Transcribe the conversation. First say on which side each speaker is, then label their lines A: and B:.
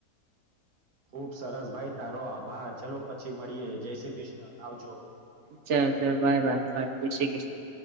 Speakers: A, on the right (about 90°); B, on the right (about 60°).
A: ખુબ સરસ ભાઈ તારો આભા ચલો પછી મળીએ જય શ્રી કૃષ્ણ આવજો.
B: ચાલ ચાલ બાય બાય બાય જય શ્રી કૃષ્ણ